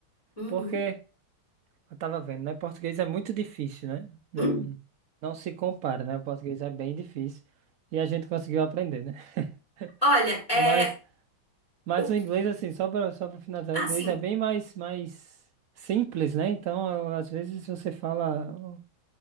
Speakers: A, on the left; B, on the right.
A: uhum,
B: Porque eu tava vendo, né? Português é muito difícil, né? Não,
A: uhum.
B: não se compara, né? O português é bem difícil e a gente conseguiu aprender, né? <laughs>
A: Olha, é
B: Mas, mas
A: o
B: o inglês, assim, só para só para finalizar,
A: ah,
B: o inglês
A: sim.
B: é bem mais, mais simples, né? Então, às vezes você fala